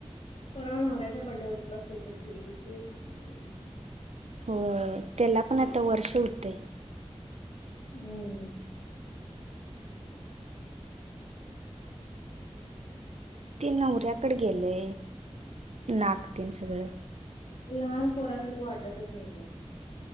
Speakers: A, on the left (about 70°); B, on the right (about 80°).
A: परवा नवऱ्याचा बड्डे होता स्टेटस ठेवली ते सांगालजे.
B: होय त्याला पण आता वर्ष होते.
A: हम्म
B: ते नवऱ्याकडे गेले नाक तन सगळं
A: लहान पोरासारखं वाटतच नाही ते असं.